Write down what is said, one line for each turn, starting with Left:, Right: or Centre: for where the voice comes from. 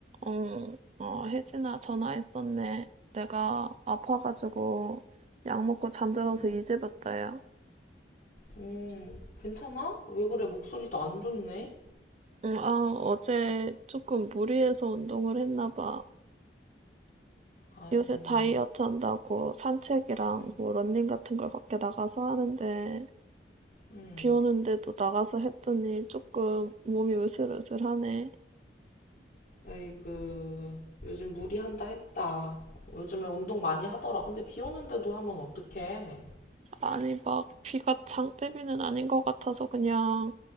Right: 응, 어, 혜진아, 전화했었네. 내가 아파가지고 약 먹고 잠들어서
Left: 음,
Right: 이제 봤다, 야.
Left: 음, 괜찮아? 왜 그래? 목소리도 안 좋네?
Right: 응, 아, 어제 조금 무리해서 운동을 했나 봐.
Left: 아이고,
Right: 요새 다이어트 한다고 산책이랑
Left: 음,
Right: 뭐 러닝 같은 걸 밖에 나가서 하는데
Left: 음,
Right: 비 오는데도 나가서 했더니 조금 몸이 으슬으슬하네.
Left: 에이그, 요즘 무리한다 했다. 요즘에 운동 많이 하더라. 근데 비 오는데도 하면 어떡해?
Right: 아니, 막 비가 장대비는 아닌 것 같아서 그냥